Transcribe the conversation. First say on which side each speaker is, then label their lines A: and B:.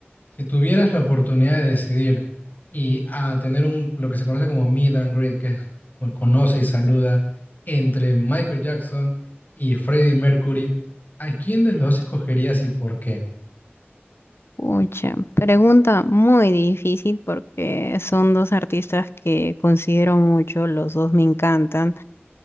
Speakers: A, on the left; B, on the left.
A: si tuvieras la oportunidad de decidir y a tener un, lo que se conoce como meet and greet, que es bueno, conoce y saluda entre Michael Jackson y Freddie Mercury, ¿a quién de los dos escogerías y por qué?
B: Pucha, pregunta muy difícil porque son dos artistas que considero mucho, los dos me encantan.